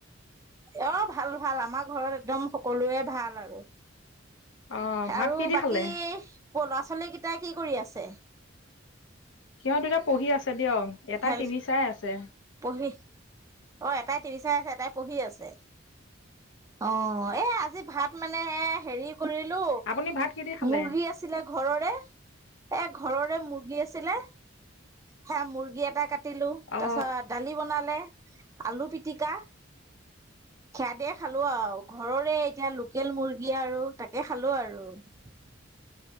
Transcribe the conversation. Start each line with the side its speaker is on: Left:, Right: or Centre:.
Right: অ ভাল ভাল আমাৰ ঘৰত একদম সকলোৱে ভাল আৰু।
Left: অ', ভাত
Right: আৰু
Left: কি দি
Right: বাকী
Left: খালে
Right: ক লৰা ছোৱালী কেইটা কি কৰি আছে।
Left: সিহঁত দুটা পঢ়ি আছে দিয়ক এটা
Right: হেল
Left: টিভি চাই আছে।
Right: পঢ়ি অ এটাই টিভি চাই আছে এটাই পঢ়ি আছে। অ এ আজি ভাত মানে এ হেৰি। কৰিলো
Left: আপুনি ভাত কি দি খালে
Right: মুৰ্গী আছিলে ঘৰৰে এ ঘৰৰে মুৰ্গী। মুৰ্গী আছিলে সে মুৰ্গী এটা কাটিলো তাৰপিছত
Left: অ
Right: দালি বনালে, আলু পিটিকা। খোদে খালো আৰু ঘৰৰে এতিয়া লোকেল মুৰ্গী আৰু তাকে খালো আৰু উ